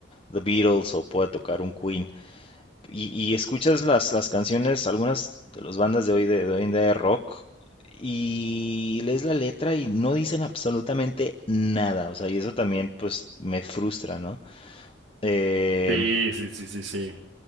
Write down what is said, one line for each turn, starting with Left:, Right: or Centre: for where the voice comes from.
Left: The Beatles o puede tocar un Queen. Y, y escuchas las, las canciones, algunas de las bandas de hoy de, de hoy en día de rock y lees la letra y no dicen absolutamente nada, o sea, y eso también pues me frustra, ¿no? Eh,
Right: Sí, sí, sí, sí, sí.